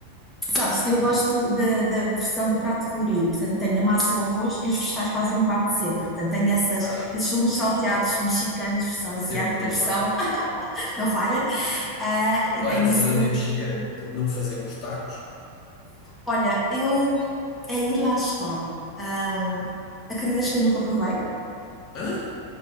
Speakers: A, in the centre; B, on the left (about 35°).
A: Sabes, eu gosto da, da versão do prato colorido. Portanto, tenho a massa o arroz e os vegetais fazem parte sempre. Portanto, tenho essas,
B: Ok.
A: esses legumes salteados mexicanos, versão
B: Sempre,
A: asiática,
B: não
A: versão
B: falha.
A: <laughs> não falha. Ah, e
B: Olha,
A: tenho
B: falando
A: isso tudo.
B: em mexicano, por não fazer uns tacos?
A: Olha, eu. Aí lá está. Ah, acreditas que eu nunca provei?
B: Hã?